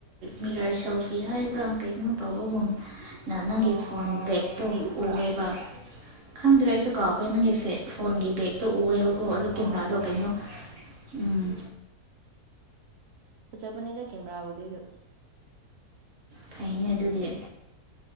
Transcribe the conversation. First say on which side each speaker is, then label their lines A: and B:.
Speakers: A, on the right (about 55°); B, on the right (about 75°).
A: ꯃꯤꯔꯔ ꯁꯦꯜꯐꯤ ꯍꯥꯏꯕ꯭ꯔꯥ ꯀꯩꯒꯨꯝ ꯇꯧꯕꯒꯨꯝ ꯅ ꯅꯪꯒꯤ
B: ꯑꯥ
A: ꯐꯣꯟ ꯕꯦꯛꯇꯣ
B: ꯇꯨꯄꯤ ꯎꯞꯄ꯭ꯔꯥ
A: ꯎꯦꯕ ꯈꯪꯗ꯭ꯔꯦ ꯑꯩꯁꯨ ꯀꯥꯎꯈꯦ ꯅꯪꯒꯤꯁꯦ ꯐꯣꯟꯒꯤ ꯕꯦꯛꯇꯣ ꯎꯑꯦꯕ ꯀꯣ ꯑꯗꯨ
B: ꯑꯥ
A: ꯀꯦꯃꯦꯔꯥꯗꯣ
B: ꯑꯣꯏꯔꯝꯒꯅꯤ
A: ꯀꯩꯅꯣ ꯎꯝ
B: ꯄꯖꯄꯅꯤꯗ ꯀꯦꯃꯦ꯭ꯔꯥꯕꯗꯗꯨ
A: ꯐꯩꯅꯦ ꯑꯗꯨꯗꯤ